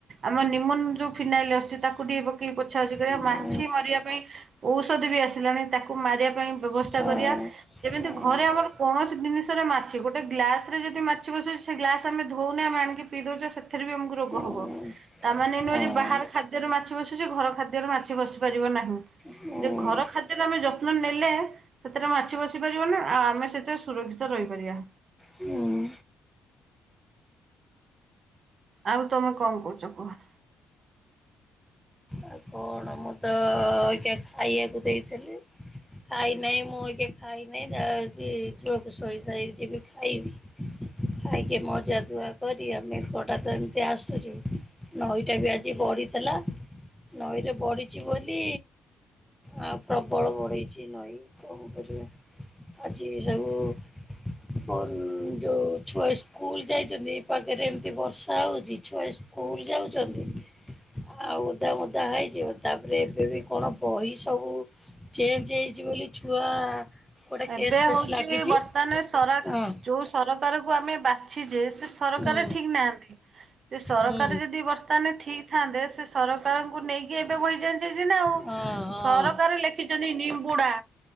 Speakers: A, on the right; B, in the centre.
A: ଆମ ନିମନ ଯୋଉ। ଫିନାଇଲ ଆସୁଛି ତାକୁ ଟିକେ ପକେଇକି ପୋଛା ପୋଛି କରିବା
B: ଉଁ
A: ମାଛି ମରିବା ପାଇଁ। ଔଷଧ ବି ଆସିଲାଣି ତାକୁ ମାରିବା ପାଇଁ ବ୍ୟବସ୍ଥା
B: ହଁ
A: କରିବା। ଯେମିତି
B: ଉଁ
A: ଘରେ ଆମର କୌଣସି ଜିନିଷରେ ମାଛି ଗୋଟେ ଗ୍ଲାସ ରେ ଯଦି ମାଛି ବସୁଛି ସେ ଗ୍ଲାସ ଆମେ ଧଉନେ ଆମେ ଆଣିକି। ପିଇ ଦଉଚେ ସେଥିରେ ବି ଆମକୁ ରୋଗ
B: ଉଁ
A: ହବ ତା ମାନେ ନୁହେଁ
B: ହଁ।
A: ଯେ ବାହାର ଖାଦ୍ୟରେ ମାଛି ବସୁଛି ଘର ଖାଦ୍ୟରେ ମାଛି ବସି ପାରିବ ନାହିଁ।
B: ହୁଁ
A: ଯେ ଘର ଖାଦ୍ୟରେ ଆମେ ଯତ୍ନ ନେଲେ। ସେଥିରେ ମାଛି ବସି ପାରିବନା ଆ ଆମେ ସେଥିରେ ସୁରକ୍ଷିତ ରହିପାରିବା।
B: ହୁଁ।
A: ଆଉ ତମେ କଣ କହୁଛ କୁହ?
B: ଆଉ କଣ? ମୁଁ ତ ଅଇକା ଖାଇବାକୁ ଦେଇଥିଲି। ଖାଇ ନାହିଁ ମୁଁ ଅଇକା ଖାଇନାହିଁ ଯାଉଛି ଝିଅ କୁ ଶୋଇ ସାରିକି ଯିବି ଖାଇବି। ଖାଇକି ମଜା ଧୁଆ କ ତି ଆମେ କଡ଼ା ଚାମୁଚେ ଆସୁଚି ନଈଟା ବି ଆଜି ବଢିଥିଲା। ନଈରେ ବଢିଛି ବୋଲି। ଆଉ ପ୍ରବଳ ବଢିଛି ନଈ କଣ କରିବା। ଆଜି ସବୁ। ମୋ ଯୋଉ ଛୁଆ ସ୍କୁଲ ଯାଇଛନ୍ତି ଏଇ ପାଖରେ ଏମୀତି ବର୍ଷା ହଉଛି ଛୁଆ ସ୍କୁଲ ଯାଉଛନ୍ତି ଆଉ ଓଦା ମୋଦା ହେଇଯିବ। ତାପରେ ଏବେ ବି କଣ ବହି ସବୁ ଚେଞ୍ଜ ହେଇଛି ବୋଲି ଛୁଆ। ଗୋଟେ
A: ଏବେ
B: କେସ୍ ଫେସ୍
A: ହଉଛି
B: ଲାଗିଛି।
A: ବର୍ତ୍ତମାନ ସରା
B: ହଁ।
A: ଚୁସ୍ ସରକାରକୁ ଆମେ ବାଛିଚେ ସେ ସରକାର
B: ହୁଁ
A: ଠିକ୍ ନାହାଁନ୍ତି। ସେ ସରକାର
B: ହୁଁ
A: ଯଦି ବର୍ତ୍ତମାନ ଠିକ ଥାନ୍ତେ ସେ ସରକାରଙ୍କୁ ନେଇକି ଏବେ ବହି ଚେଞ୍ଚ ହେଇଛି ନା ଆଉ।
B: ହଁ ହଁ
A: ସରକାର ଲେଖିଛନ୍ତି ନିମ୍ବୁଡା।